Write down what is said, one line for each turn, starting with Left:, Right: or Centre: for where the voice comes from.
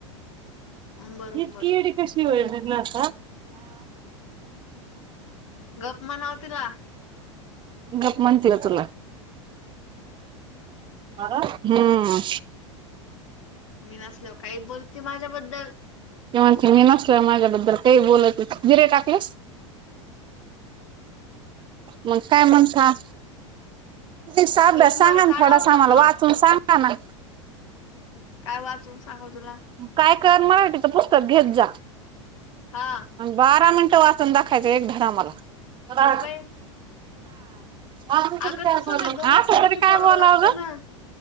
Left: उंबर उंबर
Right: ह कीड कशी वली नाता
Left: गप्मा नवला
Right: गप् मनत तुला हम्म
Left: मी नसल काही बोलते माझ्याबद्दल
Right: तनच मी नसला मगर ब रेटक्कलेस मग काय म्हणता साब्या
Left: ते उंबर
Right: सांगा
Left: काढाव
Right: थोडासा
Left: ना
Right: आम्हाला
Left: मग
Right: वाचून सांग हा म
Left: काय वाचून सांगू तुला
Right: काय करण मराठीचं पुस्तक घेत जा
Left: हा
Right: बारा मिनटं वाचून दाखायचं एक धड मला हा
Left: गप्प आहे
Right: आम क
Left: अगं
Right: काय
Left: तसं
Right: बोलला
Left: नाही दोन्हीकडून
Right: हा स
Left: बी
Right: काय
Left: बोलावं
Right: बोलावगं
Left: लागतं ना